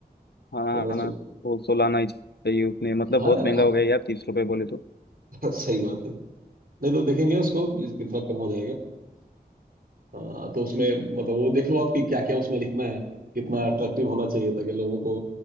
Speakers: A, on the left; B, on the right.
A: खाना
B: पंद्रह
A: आना
B: सौ
A: वो सो लाना ही चाहिए उसने मतलब
B: हाँ
A: बहुत
B: यार
A: महंगा हो गया यार तीस रुपए बोले तो
B: <laughs> हाँ, सही बात है नहीं तो देखेंगे उसको इस- कितना कम हो जाएगा हाँ तो उसमें मतलब वो देख लो आपकी क्या क्या उसमें लिखना है कितना अट्रैक्टिव होना चाहिए ताकि लोगों को